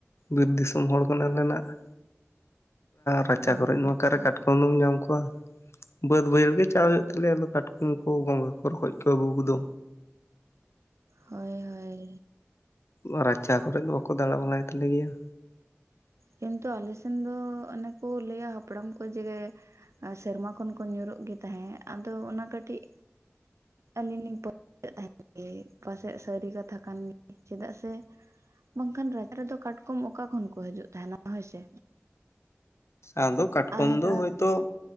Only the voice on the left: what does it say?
ᱵᱤᱨ ᱫᱤᱥᱚᱢ ᱦᱚᱲ ᱠᱟᱱᱟ ᱞᱮ ᱱᱟᱜ᱾ ᱨᱟᱪᱟ
ᱠᱚᱨᱮ ᱫᱚ ᱱᱚᱠᱟ
ᱨᱮ ᱠᱟᱴᱠᱚᱢ ᱫᱚᱢ ᱧᱟᱢ ᱠᱚᱣᱟ᱾ ᱵᱟᱹᱫ ᱵᱟᱹᱭᱦᱟᱹᱲ ᱨᱮᱜᱮ ᱪᱟᱞᱟᱣ ᱦᱩᱭᱩᱜ ᱛᱟᱞᱮᱭᱟ ᱟᱫᱚ ᱠᱟᱴᱠᱚᱢ ᱠᱚ ᱜᱚᱸᱜᱷᱟ ᱠᱚ ᱨᱚᱠᱚᱡ ᱠᱚ ᱟᱹᱜᱩ ᱠᱚᱫᱚ᱾
ᱟᱨ ᱨᱟᱪᱟ ᱠᱚᱨᱮ ᱫᱚ ᱵᱟᱠᱚ ᱫᱟᱬᱟ ᱵᱟᱲᱟᱭ ᱛᱟᱞᱮ ᱜᱮᱭᱟ᱾
ᱟᱫᱚ ᱠᱟᱴᱠᱚᱢ
ᱫᱚ ᱦᱚᱭᱛᱳ